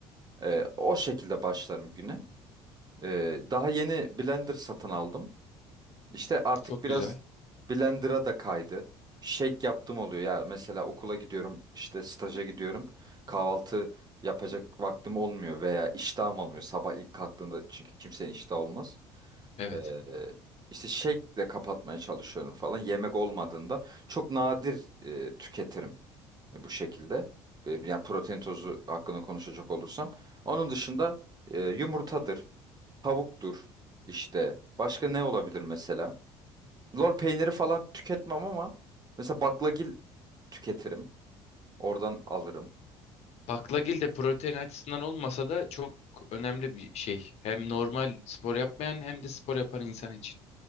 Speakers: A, on the right (about 30°); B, on the left (about 55°).
A: E, o şekilde başlarım güne. E, daha yeni blender satın aldım. İşte artık
B: Çok
A: biraz
B: güzel.
A: Blender'a da kaydı. Shake yaptım oluyor ya mesela okula gidiyorum işte staja gidiyorum kahvaltı yapacak vaktim olmuyor veya iştahım olmuyor sabah ilk kalktığında çünkü kimsenin iştahı olmaz.
B: Evet.
A: Ee, işte shake'le kapatmaya çalışıyorum falan yemek olmadığında çok nadir e, tüketirim bu şekilde. E, Yani protein tozu hakkında konuşacak olursam. Onun dışında e, yumurtadır, tavuktur işte başka ne olabilir mesela? Lor peyniri falan tüketmem ama mesela baklagil tüketirim. Oradan alırım.
B: Baklagil
A: E,
B: de protein açısından olmasa da çok önemli bir şey. Hem normal spor yapmayan hem de spor yapan insan için